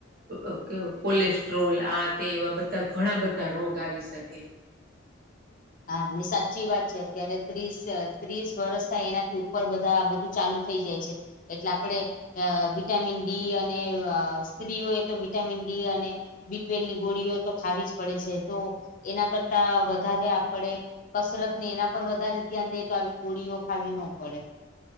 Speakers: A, on the right (about 50°); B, on the left (about 45°).
A: અ ક કોલેસ્ટ્રોલ આ તે એવા બધ્ધા ઘણા બધા રોગ આવી શકે
B: હા, ને સાચી વાત છે, અત્યારે ત્રીસ અ ત્રીસ વરસ થાય એનાથી ઉપર આ બધા, બધુ ચાલુ થઈ જાય છે એટલે આપડે અ વિટામિન ડી અને અ સ્ત્રીઓય તો વિટામિન ડી અને બી ટ્વેલની ગોળીઓ તો ખાવી જ પડે છે તો એના કરતા વધારે આ પડે કસરત ને એના પર વધારે ધ્યાન દે તો આવી ગોળીઓ ખાવી ન પડે